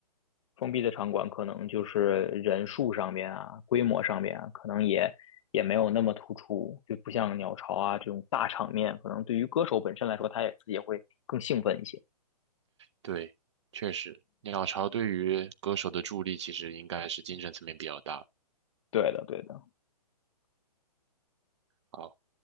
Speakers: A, on the left; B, on the right.
A: 封闭的场馆可能就是人数上面啊，规模上面啊，可能也也没有那么突出，就不像鸟巢啊这种大场面，可能对于歌手本身来说，他也自己也会更兴奋一些，
B: 对，确实，鸟巢对于歌手的助力其实应该是精神层面比较大的
A: 对的，对的。
B: 好，